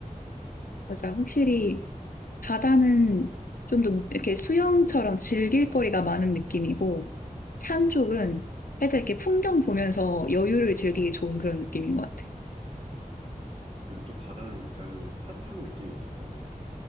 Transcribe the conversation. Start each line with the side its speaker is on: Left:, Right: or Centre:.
Left: 맞아. 확실히 바다는 좀 더 이렇게 수영처럼 즐길 거리가 많은 느낌이고 산 쪽은 살짝 이렇게 풍경 보면서 여유를 즐기기 좋은 그런 느낌인 것 같아.
Right: 그리고 또 바다는 약간 핫한 느낌이 있어서